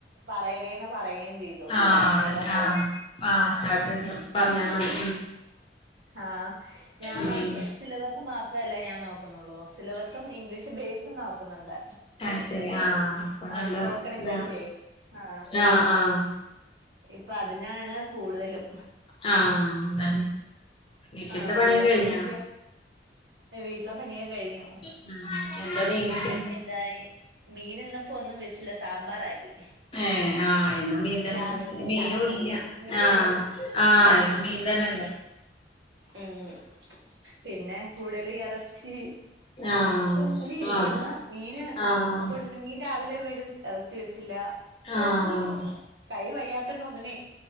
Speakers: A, on the right (about 85°); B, on the left (about 30°).
A: പറയണേന്ന് പറയെം ചെയ്തു
B: ആഹ്
A: സ്റ്റാർട്ട്
B: അതന്നെ
A: ചെയ്താ പറയണം
B: ആഹ് ആഹ്
A: ആ
B: സ്റ്റാർട്ട് പറഞ്ഞാ മതി
A: ആഹ് ഞാൻ
B: ഉം
A: സിലബസ് മാത്രല്ലെ ഞാൻ നോക്കുന്നുള്ളൂ സിലബസും ഇംഗ്ലീഷ് ബേസ് നോക്കുന്നുണ്ട്.
B: ആഹ് ശരി ആഹ് അപ്പ
A: ആ
B: നല്ല
A: സ്പോക്കൺ ഇംഗ്ലീഷേ
B: ഇതാ
A: ആ
B: ആഹ് ആഹ്
A: ഇപ്പൊ അതിനാണ് കൂടുതലും
B: ആഹ് വീട്ടിലത്തെ
A: ആഹ്
B: പണിയൊക്കെ
A: ഈ വർഷം
B: കഴിഞ്ഞോ
A: നിക്ക് വീട്ടിലേ പണിയൊക്ക കഴിഞ്ഞു
B: ഉം എന്താ മീൻ കിട്ടി
A: അതായി മീൻ ഇന്നപ്പോ ഒന്നും വെച്ചില്ല സാമ്പാറാക്കി.
B: ഏഹ് ആഹ് എന്നും മീൻ തന്നല്ലേ
A: രാവിലത്തെ
B: മീനും
A: സാമ്പാർ
B: ഇല്ല
A: എന്നും മീനും
B: ആ ആഹ് എന്നും മീൻ തന്നല്ലേ.
A: ഉം പിന്നെ കൂടുതൽ ഇറച്ചി
B: ആഹ്
A: ഇരിക്കുന്നു
B: ആഹ്
A: മീന്
B: ആഹ്
A: കൊണ്ട് മീൻ രാവിലെ വരും എറച്ചി വെച്ചില്ല
B: ആഹ്
A: കൈ വയ്യാത്തോണ്ട ഒന്നിനെ